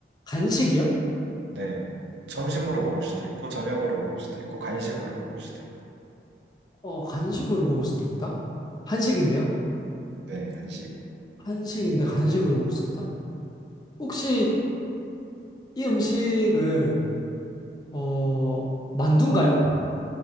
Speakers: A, on the left (about 20°); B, on the right (about 65°).
A: 간식이요?
B: 네. 점심으로 먹을 수도 있고, 저녁으로 먹을 수도 있고, 간식으로 먹을 수도 있고.
A: 어, 간식으로 먹을 수도 있다? 한식인데요?
B: 네, 한식.
A: 한식인데 간식으로 먹을 수 있다? 혹시 이 음식은, 어, 만두인가요?